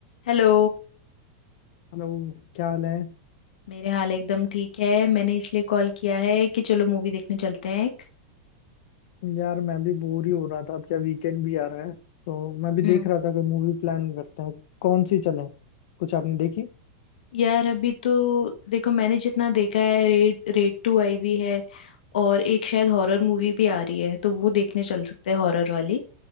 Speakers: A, on the left; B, on the left.
A: Hello
B: Hello क्या हाल है
A: मेरे हाल एकदम ठीक है मैंने इसलिए कॉल किया है कि चलो मूवी देखने चलते हैं एक
B: यार मैं भी बोर ही हो रहा था अब क्या वीकेंड भी आ रहा है तो मैं भी
A: हम्म
B: देख रहा था कोई मूवी प्लान करते हैं कौन सी चले कुछ आपने देखी
A: यार अभी तो देखो मैंने जितना देखा है रेड रेड टू आई हुई है और एक शायद हॉरर मूवी भी आ रही है तो वो देखने चल सकते हैं हॉरर वाली